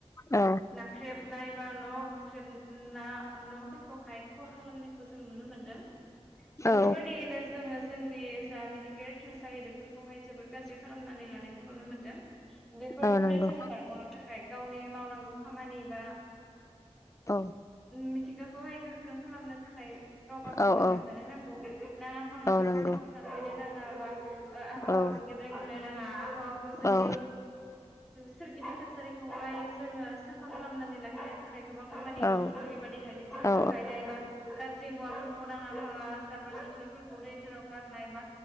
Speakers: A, on the left; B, in the centre.
A: औ
B: नाख्रेबनाय बा, न' बुख्रेब, ! न'फोरखौहाय खहा, खालामनायखौ जों, नुनो मोनदों, ! बेफोरबाय
A: औ
B: दियैनो जोङो जोंनि जा मिथिंगायारि थासारि बेफोरखौ हाय जोबोर गाज्रि खालामनानै लानायखौ नुनो मोनदों। बेफोरनिफ्राय
A: औ नंगौ
B: जोङो, बारग'नो थाखाय गावनि मावनांगौ खामानि बा,
A: औ,
B: मिथिंगाखौ हाय, गोख्रों खालामनो थाखाय, गावबा गावनो
A: औ औ
B: नाजानो नांगौ,, ! नाङा फाङा
A: औ
B: बिफां
A: नंगौ
B: लाइफां दानफायनो नाङा बा आबहावाखौ
A: औ
B: गेब्रेंहो नाङा, आबहावाखौ जोंनि,
A: औ
B: सोरगिदिं, थासारि खौहाय जोङो, ! साफा खालामनानै लाखिनो थाखाय गोबां खामानि
A: औ
B: दं जेरै बायदि हाय बिफां लाइफां
A: औ
B: गायनाय बा, गाज्रि मुवाफोरखौ नाङा, फाङा जाबोर, जोथोरफोरखौ दैफोराव, गारनाय बा,